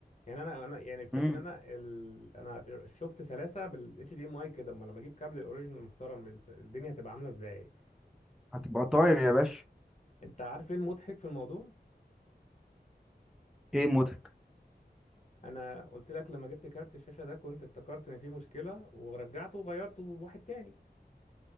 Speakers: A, on the left (about 40°); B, in the centre.
A: يعني انا انا يعني الفكره
B: امم
A: إن انا ال... انا شفت سلاسه بالاتش دي ام اي كده امال لما اجيب كابل اوريجينال محترم الدنيا هتبقى عامله ازاي
B: هتبقى طاير يا باشا
A: انت عارف ايه المضحك في الموضوع
B: ايه موتك
A: انا قلت لك لما جبت كارت الشاشه ده كنت افتكرت ان في مشكله ورجعته وغيرته بواحد تاني